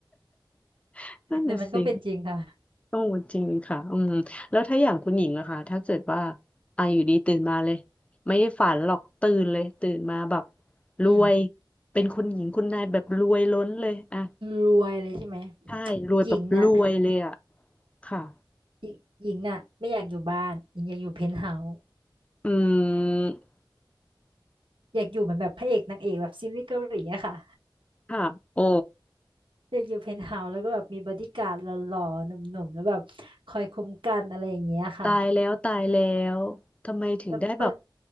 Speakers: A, on the left (about 15°); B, on the right (about 90°).
A: <laughs> นั่นน่ะสิ
B: เนี่ยวมันก็เป็นจริงค่ะ
A: ต้องจริงค่ะอืมแล้วถ้าอย่างคุณหญิงอะค่ะถ้าเกิดว่าอ่ะอยู่ดีตื่นมาเลยไม่ได้ฝันหรอกตื่นเลยตื่นมาแบบ
B: อืม
A: รวยเป็นคุณหญิงคุณนายแบบรวยล้นเลยอะ
B: รวยเลยใช่ไหม
A: ใช่รวยแบบรวยเลยอ่ะ
B: หญิงน่ะ
A: ค่ะ
B: หญิงหญิงน่ะไม่อยากอยู่บ้านหญิงอยากอยู่เพนท์เฮาส์
A: อืม
B: อยากอยู่เหมือนแบบพระเอกนางเอกแบบซีรีส์เกาหลีอะค่ะ
A: ค่ะโอ้
B: อยากอยู่เพนท์เฮาส์แล้วก็แบบมีบอดี้การ์ดหล่อๆหนุ่มๆแล้วแบบคอยคุ้มกันอะไรอย่างเงี้ยค่ะ
A: ตายแล้วตายแล้วทำไมถึงได้แบบ
B: แล้วเปิด